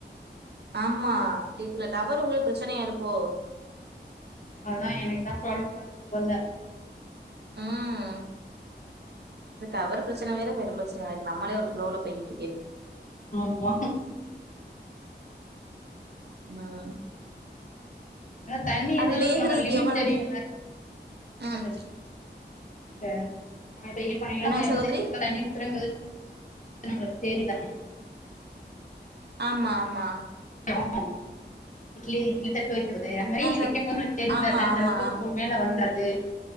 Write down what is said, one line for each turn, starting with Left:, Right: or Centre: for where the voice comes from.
Right: ஆமா கேக்கல டவர் உங்களுக்கு பிரச்சனையா இருக்கோ
Left: அதா எனக்குதா ப்ராப்ளமா இருக்கு போல
Right: ம் டவர் பிரச்சன வேற பெரும் பிரச்சனயா இருக்கு நம்மளே ஒரு ஃப்ளோ போயிகிட்ருக்கே
Left: ஆமா
Right: ஆ
Left: ஆனா தண்ணி
Right: அது
Left: எந்த அளவுக்கு
Right: வேகறதுக்கு
Left: நம்ம லிமிட்
Right: எவ்ளோ
Left: தெரியுல
Right: ம்
Left: <unintelligible>
Right: என்னங்க சகோதரி
Left: தண்ணி உத்துரங்குறது நம்மளுக்கு தெரிதா
Right: ஆமா ஆமா
Left: <unintelligible> இட்லி இட்லி தட்டு வைக்கிறது அந்த மாரி
Right: நா ச
Left: வைக்கும் போது உங்களுக்கு தெரியும்
Right: ஆமா
Left: லா தண்ணி
Right: ஆமா
Left: அளவுக்கு
Right: ஆமா
Left: மேல வந்தது